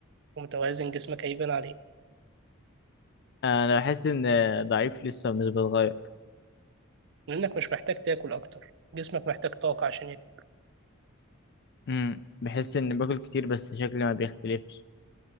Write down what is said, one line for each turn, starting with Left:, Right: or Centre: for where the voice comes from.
Right: ومتوازن جسمك هيبان عليه
Left: انا بحس ان ضعيف لسه مش بتغير
Right: لأنك مش محتاج تاكل أكتر جسمك محتاج طاقة عشان يت-
Left: امم بحس ان باكل كتير بس شكلي ما بيختلفش